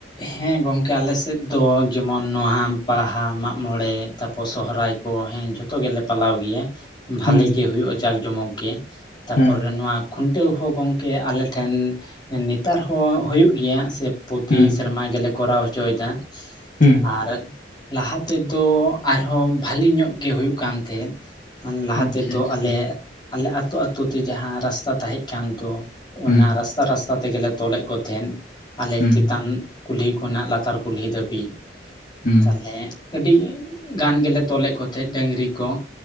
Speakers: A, on the left; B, on the left.
A: ᱦᱮᱸ ᱜᱚᱝᱠᱮᱼᱼ ᱜᱚᱝᱠᱮ ᱟᱞᱮ ᱥᱮᱫ ᱫᱚ ᱡᱮ ᱢᱚᱱ ᱱᱚᱣᱟ ᱵᱟᱦᱟ ᱢᱟᱜ ᱢᱚᱬᱮ ᱛᱟᱯᱚᱨ ᱥᱚᱦᱚᱨᱟᱭ ᱠᱚ ᱦᱮᱸᱼᱼ ᱛᱚ ᱜᱮᱞᱮ ᱯᱟᱞᱟᱣ ᱜᱮᱭᱟ ᱵᱷᱟᱞᱮ
B: ᱦᱩᱸ
A: ᱜᱮ ᱦᱳᱭᱳᱜᱼᱟ ᱡᱟᱸᱠ ᱡᱚᱢᱚᱠ ᱜᱮ ᱛᱟᱯᱚᱨᱮ
B: ᱦᱩᱸ
A: ᱱᱚᱣᱟ, ᱠᱷᱩᱱᱴᱟᱹᱣ ᱦᱚᱸ ᱜᱚᱝᱠᱮ ᱟᱞᱮ ᱴᱷᱮᱱ ᱱᱮᱛᱟᱨ ᱦᱚᱸ ᱦᱳᱭᱳᱜ ᱜᱮᱭᱟ ᱥᱮ ᱯᱚᱼᱼ ᱛᱤ
B: ᱦᱩᱸ
A: ᱥᱮᱨᱢᱟ ᱜᱮ ᱞᱮ ᱠᱚᱨᱟᱣ ᱦᱚᱪᱚᱭ ᱫᱟ,
B: ᱦᱩᱸ᱾
A: ᱟᱨ ᱞᱟᱦᱟ ᱛᱮᱫᱚ ᱟᱨᱦᱚᱸ ᱵᱟᱹᱞᱤ ᱧᱚᱜ ᱜᱮ ᱦᱩᱭᱩᱜ ᱠᱟᱱ ᱛᱟᱦᱮᱸᱫ ᱞᱟᱦᱟ
B: ᱟᱪᱪᱷᱟ
A: ᱛᱮᱫᱚ
B: ᱟᱪᱪᱷᱟ
A: ᱟᱞᱮ ᱟᱞᱮ ᱟᱹᱛᱳ ᱟᱹᱛᱳ ᱛᱮ ᱡᱟᱸᱦᱟ ᱨᱟᱥ ᱛᱟ ᱛᱟᱦᱮᱸ ᱠᱟᱱ ᱫᱚ, ᱚᱱᱟ
B: ᱦᱩᱸ
A: ᱨᱟᱥᱛᱟ ᱨᱟᱥᱛᱟ ᱛᱮᱜᱮᱞᱮ ᱛᱚᱞᱮᱫ ᱠᱚ ᱛᱟᱦᱮᱸᱫ ᱟᱞᱮ
B: ᱦᱩᱸ
A: ᱪᱮᱼᱼ ᱠᱩᱞᱦᱤ ᱠᱷᱚᱱᱟᱜ ᱞᱟᱛᱟᱨ ᱠᱩᱞᱦᱤ ᱫᱷᱟᱹᱵᱤᱡ
B: ᱦᱩᱸ
A: ᱛᱟᱦᱚᱞᱮᱼᱼ ᱟᱹᱰᱤ ᱜᱟᱱ ᱜᱮᱞᱮ ᱛᱚᱞᱮᱫ ᱠᱚ ᱛᱟᱦᱮᱸᱫ ᱰᱟᱹᱝᱨᱤ ᱠᱚ